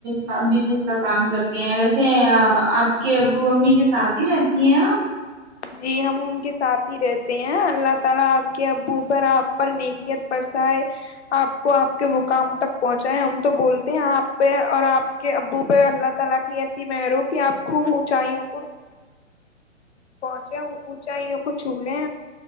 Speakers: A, on the right; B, on the left.
A: کا بزس کا کام کرتے ہیں ویسے آپ کے ا وہ امی کے ساتھ ہی رہتی ہیں آپ
B: جی ہم ان کے ساتھ ہی رہتے ہیں اللہ تعالی اپ کے ابو پر اپ پر نیکیت برسائے اپ کو اپ کے مقام تک پہنچائیں ہم تو بولتے ہیں اپ پہ اور اپ کے ابو پہ اللہ تعالی کی ایسی مہرو کہ اپ کو چاہیےوں کو پہنچے اونچائیوں کو چھولے